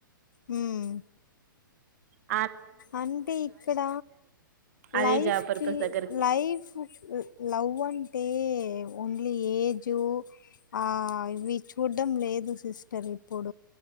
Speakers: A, on the left; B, on the right.
A: మ్మ్
B: అ
A: అంటే ఇక్కడ
B: అదే
A: లైఫ్
B: జాబ్ పర్పస్
A: కి
B: దగ్గరకి
A: లైఫ్ లవ్ అంటే ఓన్లీ ఏజ్ ఆ ఇవి చూడ్డడం లేదు సిస్టర్ ఇప్పుడు